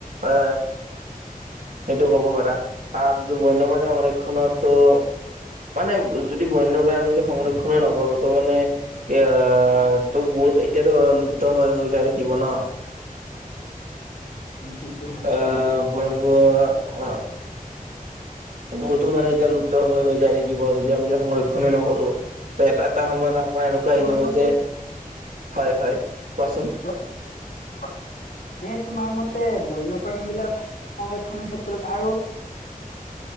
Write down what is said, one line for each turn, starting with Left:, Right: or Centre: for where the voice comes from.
Right: এ সেইটো ক'ব পাৰা আৰু যদি বন্যপ্ৰাণী সংৰক্ষনটো মানে যদি বন্যপ্ৰাণী আমি যদি সংৰক্ষনেই নকৰো ত মানে এ ত বহুত এতিয়াতো লুপ্ত হৈ হৈ যায় থাকিব ন।
Left: সেইটো হয় এ
Right: অ বয় অ অ বহুতো মানে এতিয়া লু লুপ্ত হৈ যায় থাকিব। আমিযে সংৰক্ষনে নকৰো। এটা এটা সময়ত আমাৰ এনেকুৱা
Left: তোমাৰ
Right: আহি যাব
Left: মতে
Right: যে হয় হয়। কোৱাচোন
Left: উ <inaudible> এ তোমাৰ মতে বন্যপ্ৰাণী বিলাক সংৰক্ষণৰ ক্ষেত্ৰত আৰু